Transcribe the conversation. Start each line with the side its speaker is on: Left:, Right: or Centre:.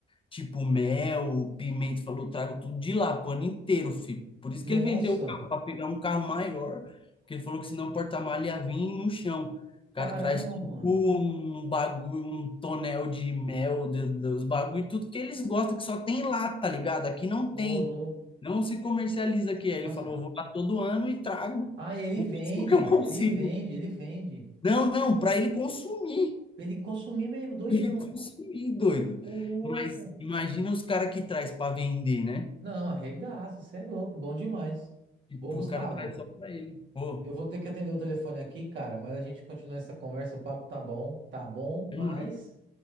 Left: tipo mel, pimenta, falou, trago tudo de lá, pro ano inteiro, filho. Por isso
Right: Nossa,
Left: que ele vendeu o carro, para pegar um carro maior, porque ele falou que senão o porta-malha ia vir no chão. O
Right: caramba,
Left: cara traz tipo
Right: mano.
Left: um bagulho, um tonel de mel, de- de- os bagulho, tudo que eles gostam, que só tem lá, tá ligado? Aqui não
Right: Ô,
Left: tem.
Right: louco.
Left: Não se comercializa aqui. Aí ele
Right: Nossa.
Left: falou, eu vou lá todo ano e trago
Right: Ah, e ele
Left: o
Right: vende,
Left: máximo que eu
Right: ele
Left: consigo.
Right: vende, ele vende.
Left: Não, não, para ele consumir.
Right: Pra ele consumir mesmo,
Left: <laughs>
Right: doidão.
Left: Pra Ele consumir, doido.
Right: Ô, louco.
Left: Mas imagina os caras que traz para vender, né?
Right: Não, arregaça, você é louco, bom demais.
Left: Tipo,
Right: Ô, Gustavo,
Left: o cara traz só para ele. Pô,
Right: eu vou ter que atender o telefone aqui, cara, mas a gente continua essa conversa, o papo tá bom, tá bom,
Left: demorou.
Right: mas